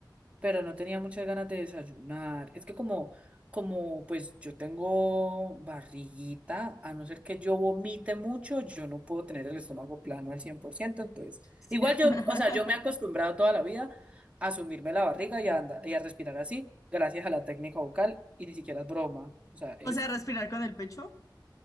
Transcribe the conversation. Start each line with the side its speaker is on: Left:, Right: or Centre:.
Right: pero no tenía muchas ganas de desayunar. Es que como, como pues yo tengo barriguita, a no ser que yo vomite mucho, yo no puedo tener el estómago plano al cien por ciento entonces,
Left: sí.
Right: igual
Left: <laughs>
Right: yo, o sea, yo me he acostumbrado toda la vida a sumirme la barriga y a andar, y a respirar así, gracias a la técnica vocal, y ni siquiera es broma, o sea, es,
Left: O sea, respirar con el pecho.